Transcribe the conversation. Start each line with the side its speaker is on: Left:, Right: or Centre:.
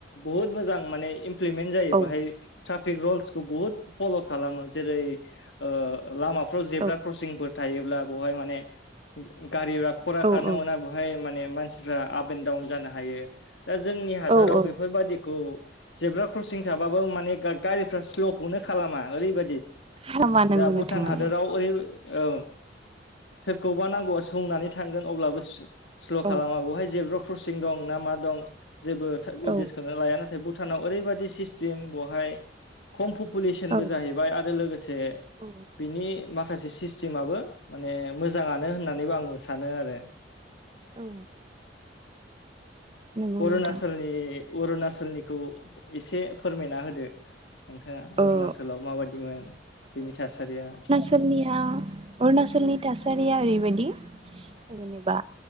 Left: बुहुद मोजां माने इमप्लिमेन्ट जायो
Right: औ
Left: बाहाय ट्राफिक रुल्सखौ बुहुद फल' खालामो जेरै ओ लामाफ्राव जेब्रा
Right: औ
Left: क्रसिंफोर थायोब्ला ब'हाय माने उम गारिफ्रा खरा
Right: औ
Left: खारनो
Right: औ
Left: मोना बवहाय माने मानसिफ्रा आप एन्ड डाउन जानो हायो दा जोंनि हादराव
Right: औ औ
Left: बेफोरबादिखौ जेब्रा क्रसिं थाबाबो माने गा गारिफ्रा स्ल'खौनो खालामा ओरैबादि
Right: हामा नंगौ
Left: दा
Right: नोंथां
Left: भुटान
Right: नंगौ
Left: हादराव ओरै औ सोरखौबा नांगौबा सौनानै थांगोन अब्लाबो सो स्ल'
Right: औ
Left: खालामा बहाय जेब्रा क्रसिं दं ना मा दं जेबो उदिसखौनो
Right: औ
Left: लाया नाथाय भुटानाव ओरैबादि सिस्टेम बहाय खम प'पुलेसनबो
Right: औ
Left: जाहैबाय आरो लोगोसे
Right: औ
Left: बिनि माखासे सिस्टेमाबो माने मोजांआनो होननानैबो आं सानो आरो
Right: औ नंगौ
Left: अरुणाचोलनि
Right: नोंथां
Left: अरुणाचोलनिखौ एसे फोरमायना होदो नोंथांआ अरुणाचोलाव
Right: औ
Left: माबादिमोन बेनि थासारिआ
Right: अरुणाचोलनि थासारिआ ओरैबादि जेनोबा